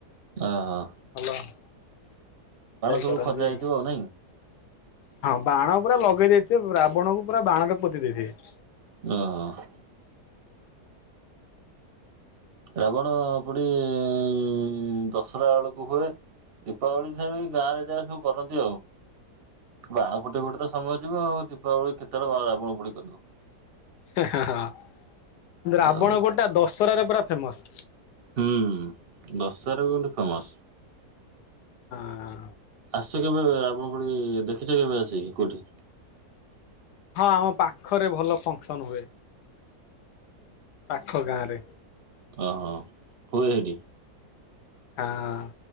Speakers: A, on the right; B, on the left.
A: ଅ ହଁ।
B: ଭଲ ଏଞ୍ଜୟ
A: ସବୁ
B: କରନ୍ତି।
A: ଖଞ୍ଜା ହେଇଥିବ ଆଉ ନାଇଁ।
B: ହଁ ବାଣ ପୁରା ଲଗେଇ ଦେଇଥିବେ, ରାବଣକୁ ପୁରା ବାଣରେ ପୁରା ପୋତି ଦେଇଥିବେ।
A: ଓ <unintelligible> ରାବଣ ପୋଡ଼ି ଇଁ ଦଶହରା ବେଳକୁ ହୁଏ। ଦୀପାବଳି ରେ ଗାଁରେ ଯା ସବୁ କରନ୍ତି ଆଉ। ବାଣ ଫୁଟେଇ ଫୁଟେଇ ତ ସମୟ ଯିବ ଆଉ ଦୀପାବଳି କେତେବେଳେ ରାବଣ ପୋଡ଼ି କରିବ।
B: ହେ ହେ ହଁ ରାବଣ
A: ଆଉ
B: ପୋଡ଼ି ଟା ଦଶହରାରେ ପୁରା ଫେମସ୍।
A: ହୁଁ ଦଶହରା କିନ୍ତୁ ଫେମସ୍।
B: ଆଁ।
A: ଆସ କେବେ ରାବଣ ପୋଡ଼ି ଦେଖିଛ କେବେ ଆସିକି କୋଉଠି?
B: ହଁ ଆମ ପାଖରେ ଭଲ ଫଙ୍କସନ ହୁଏ, ପାଖ ଗାଁ ରେ।
A: ଅ ହଁ <unintelligible> ହୁଏ ସେଠି।
B: ଆ ହ।